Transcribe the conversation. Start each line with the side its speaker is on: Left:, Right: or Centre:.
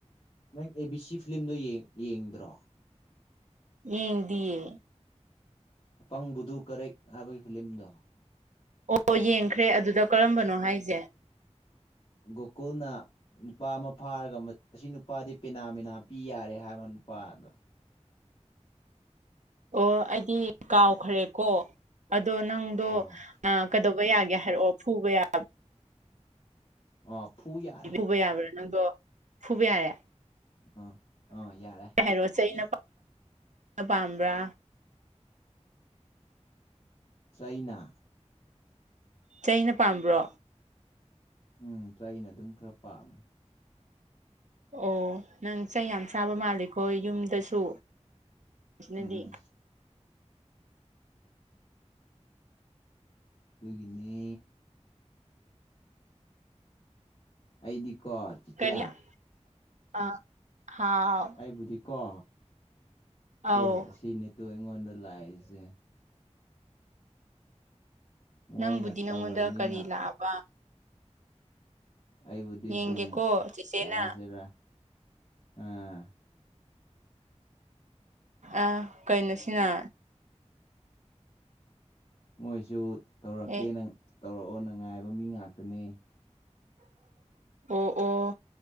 Left: ꯅꯪ ꯑꯦ ꯕꯤ ꯁꯤ ꯐꯤꯂꯝꯗꯣ ꯌꯦꯡ ꯌꯦꯡꯗ꯭ꯔꯣ
Right: ꯌꯦꯡꯗꯤꯌꯦ
Left: ꯑꯄꯪꯕꯨꯗꯨ ꯀꯔꯦꯛ ꯍꯥꯏꯕꯒꯤ ꯐꯤꯂꯝꯗꯣ
Right: ꯑꯣ ꯌꯦꯡꯈ꯭ꯔꯦ ꯑꯗꯨꯗ ꯀꯔꯝꯕꯅꯣ ꯍꯥꯏꯁꯦ
Left: ꯒꯣꯀꯨꯜꯅ ꯅꯨꯄꯥ ꯑꯃ ꯐꯥꯔꯒ ꯃꯠ ꯑꯁꯤ ꯅꯨꯄꯥꯗꯤ ꯄꯦꯅꯥꯃꯤꯅꯥ ꯄꯤ ꯌꯥꯔꯦ ꯍꯥꯏꯕ ꯅꯨꯄꯥꯗꯣ
Right: ꯑꯣ ꯑꯩꯗꯤ ꯀꯥꯎꯈ꯭ꯔꯦꯀꯣ <inaudible> ꯑꯗꯣ ꯅꯪꯗꯣ
Left: ꯑꯣ
Right: ꯀꯩꯗꯧꯕ ꯌꯥꯒꯦ ꯍꯥꯏꯔꯛꯑꯣ ꯐꯨꯕ ꯌꯥꯕ
Left: ꯑꯣ ꯐꯨ ꯌꯥ
Right: ꯐꯨꯕ ꯌꯥꯕ꯭ꯔꯥ ꯅꯪꯗꯣ ꯐꯨꯕ ꯌꯥꯔꯦ
Left: ꯑ ꯑ ꯌꯥꯔꯦ
Right: ꯀꯩ ꯍꯥꯏꯔꯣꯁ ꯆꯩꯅ ꯄꯥꯝꯕ꯭ꯔꯥ
Left: ꯆꯩꯅꯥ
Right: ꯆꯩꯩꯅ ꯄꯥꯝꯕ꯭ꯔꯣ
Left: ꯎꯝ ꯆꯩꯅ ꯑꯗꯨꯝ ꯈꯔ ꯄꯥꯝꯃꯦ
Right: ꯑꯣ ꯅꯪ ꯆꯩ ꯌꯥꯝ ꯆꯥꯕ ꯃꯥꯜꯂꯦꯈꯣ ꯌꯨꯝꯗꯁꯨ ꯁꯤꯅꯗꯤ
Left: ꯎꯝ ꯎꯝ ꯑꯗꯨꯒꯤꯅꯤ ꯑꯩꯗꯤꯀꯣ ꯆꯤꯆꯦ
Right: ꯌꯥ ꯑ ꯍꯥꯎ <unintelligible> <inaudible>
Left: ꯍꯥꯏꯕꯨꯗꯤꯀꯣ ꯇꯣ
Right: ꯑꯧ
Left: ꯑꯁꯤꯅꯦꯠꯇꯣ ꯑꯩꯉꯣꯟꯗ ꯂꯥꯛꯏꯁꯦ ꯃꯣꯏꯅ
Right: ꯅꯪꯕꯨꯗꯤ ꯅꯪꯉꯣꯟꯗ
Left: ꯇꯧꯔꯛꯏꯅꯤꯅ
Right: ꯀꯔꯤ ꯂꯥꯛꯑꯕ
Left: ꯑꯩꯕꯨꯗꯤ
Right: ꯌꯦꯡꯒꯦꯀꯣ
Left: ꯗꯨꯝ
Right: ꯆꯦꯆꯦꯅ
Left: ꯀꯩ ꯍꯥꯏꯁꯤꯔꯥ ꯑꯥ
Right: ꯑ ꯀꯩꯅꯣꯁꯤꯅ
Left: ꯃꯣꯏꯁꯨ ꯇꯧꯔꯛꯀꯦꯅ
Right: ꯑꯦ
Left: ꯇꯧꯔꯛꯑꯣꯅ ꯉꯥꯏꯕ ꯃꯤ ꯉꯥꯛꯇꯅꯦ
Right: ꯑꯣ ꯑꯣ